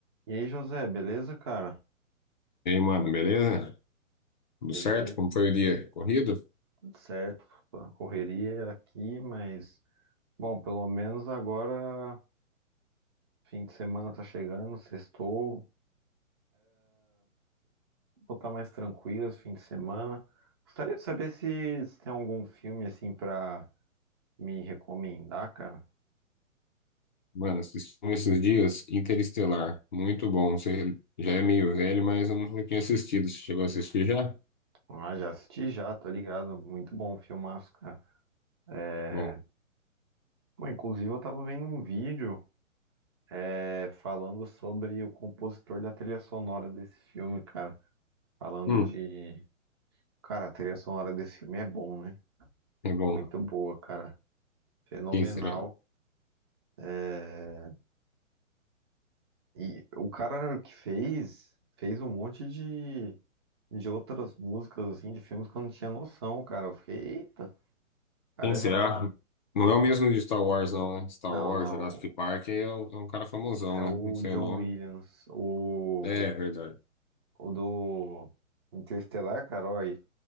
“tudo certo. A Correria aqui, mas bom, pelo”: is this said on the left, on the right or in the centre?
Right